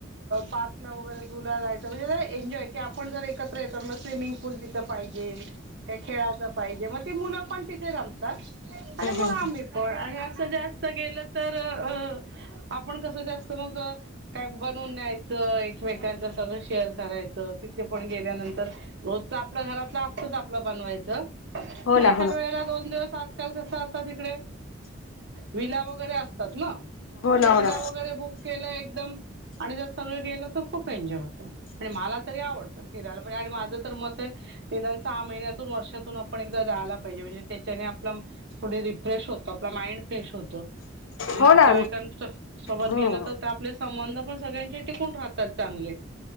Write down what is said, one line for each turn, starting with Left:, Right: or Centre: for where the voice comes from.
Right: पार्कला वगैरे झुला जायचं म्हणजे जर एनजॉय की आपण जर एकत्र येत मग स्विमिंग पूल तिथ पाहिजे, खेळाच पाहिजे मग त मुलं पण तिथे रमतात आणि मग
Left: हम्म
Right: आम्ही पण आणि असं जास्त गेलं तर अ आपण कसं जास्त मग काय बनवून न्यायच. एकमेकांच सगळं शेअर करायचं तिथे पण गेल्यानंतर. रोजच आपलं घरातलं जास्तच आपलं बनवायचं
Left: हो
Right: मग एखाद्या
Left: ना हो ना
Right: वेळेला. दोन दिवस आजकाल कस आता तिकडे विला वगैरे असतात ना.
Left: हो
Right: ते
Left: ना
Right: विला
Left: हो ना
Right: वगैरे बुक केलंय एकदम आणि जर सगळं गेलं. तर खूप एन्जॉय होतं आणि मला तरी आवडतं फिरायला म्हणजे आणि माझं तर मत आहे. निदान सहा महिन्यातून वर्षातून आपण एकदा जायला पाहिजे. त्याच्याने आपला थोडी रिफ्रेश होतो आपला माइंड फ्रेश होतो. आणि
Left: हो
Right: नातेवाईकां
Left: ना
Right: सोबत
Left: हम्म
Right: गेलं तर आपले संबंध पण सगळ्यांचे टिकून राहतात. चांगले